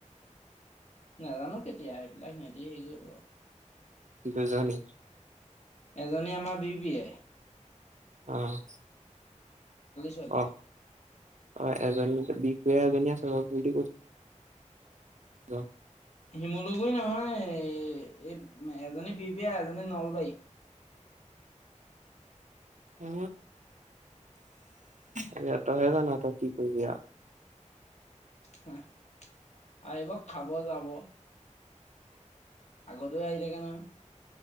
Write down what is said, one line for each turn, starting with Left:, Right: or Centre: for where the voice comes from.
Left: নাজানো কেতিয়া সেইবিলাক সিহঁতি হেৰি কৰিব
Right: দুজনি
Left: এজনী আমাৰ বি বিয়
Right: আহচ
Left: ছোৱালী।
Right: মই অ অ এজনী <unintelligible>
Left: শিমলু গৰি নহয় ন এই উ এজনী বিপিয়া এজনী নলবাৰী
Right: উ এতিয়া তহে জান তই কি কৰিবি আও
Left: হেহ আহিব খাব যাব আগতে আহি থাকে নহয়